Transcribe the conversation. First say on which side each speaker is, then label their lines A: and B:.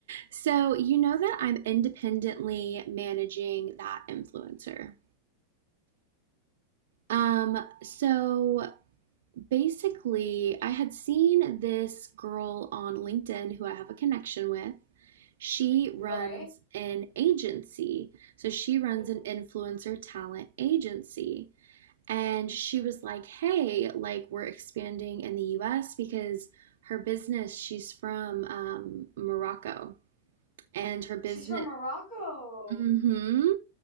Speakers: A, on the right; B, on the left.
A: so you know that I'm independently managing that influencer. Um, so basically, I had seen this girl on LinkedIn who I have a connection with. She
B: Right?
A: runs an agency. So she runs
B: Mm-hmm.
A: an influencer talent agency. And she was like, hey, like we're expanding in the US because her business, she's from um, Morocco. And her business,
B: She's from Morocco.
A: hmm